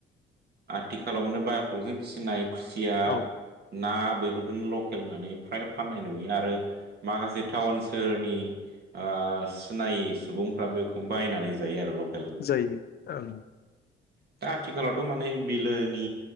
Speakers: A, on the right; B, on the left.
A: आथिखालाव माने बायक्लकजों फिसिनाय खुसिया
B: औ
A: ना बेफोरखौनो लकेलनानै फ्रा फाननाय नुयो आरो माखासे टाउन सोहोरनि ओ सिनायि सुबुंफ्राबो बेखौ बायनानै जायो आरो लक
B: जायो ओं
A: <inaudible> दा आथिखालावथ' माने बिलोनि